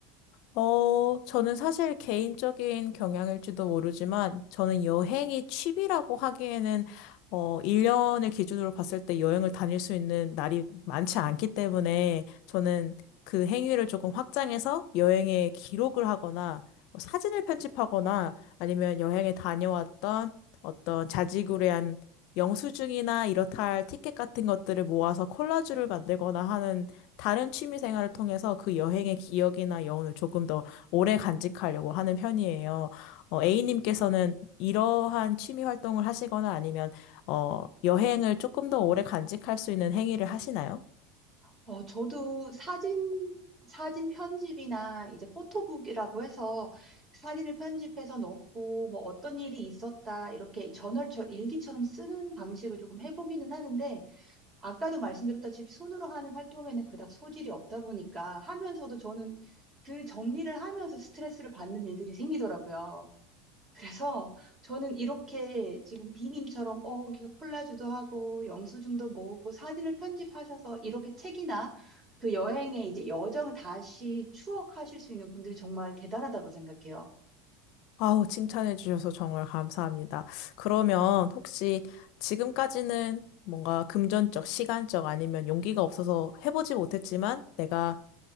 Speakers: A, on the left; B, on the right.
A: 어, 저는 사실 개인적인 경향일지도 모르지만, 저는 여행이 취미라고 하기에는, 어, 1년을 기준으로 봤을 때 여행을 다닐 수 있는 날이 많지 않기 때문에, 저는 그 행위를 조금 확장해서 여행에 기록을 하거나, 뭐 사진을 편집하거나, 아니면 여행에 다녀왔던 어떤 자지구레한 영수증이나 이렇다 할 티켓 같은 것들을 모아서 콜라주를 만들거나 하는 다른 취미 생활을 통해서 그 여행의 기억이나 여운을 조금 더 오래 간직하려고 하는 편이에요. 어, A님께서는 이러한 취미 활동을 하시거나 아니면, 어, 여행을 조금 더 오래 간직할 수 있는 행위를 하시나요?
B: 어, 저도 사진, 사진 편집이나 이제 포토북이라고 해서 사진을 편집해서 넣고 뭐 어떤 일이 있었다 이렇게 저널처럼 일기처럼 쓰는 방식을 조금 해보기는 하는데 아까도 말씀드렸다시피 손으로 하는 활동에는 그닥 소질이 없다 보니까 하면서도 저는 그 정리를 하면서 스트레스를 받는 일들이 생기더라고요. 그래서 저는 이렇게 지금 비님처럼 어, 이렇게 콜라주도 하고 영수증도 모으고 사진을 편집하셔서 이렇게 책이나 그 여행의 이제 여정을 다시 추억하실 수 있는 분들이 정말 대단하다고 생각해요.
A: 아우, 칭찬해 주셔서 정말 감사합니다. 그러면 혹시 지금까지는 뭔가 금전적, 시간적 아니면 용기가 없어서 해보지 못했지만 내가